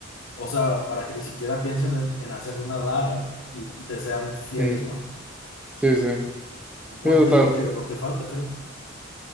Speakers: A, on the left; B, in the centre.
A: o sea, para que ni siquiera piensen en, en hacer una daga y, y te sean fieles,
B: ujú.
A: ¿no?
B: Sí, sí.
A: Porque
B: Sí, total.
A: es lo que, lo que falta, creo.